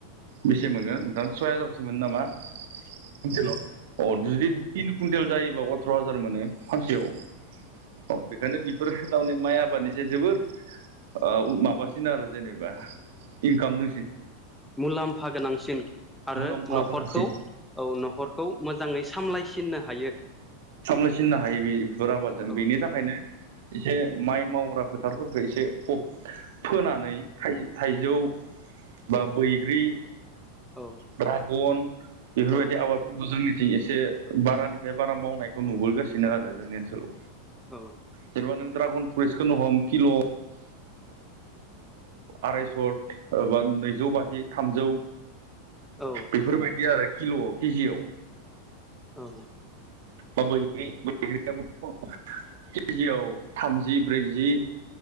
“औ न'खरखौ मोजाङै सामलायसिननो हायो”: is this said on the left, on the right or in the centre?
Centre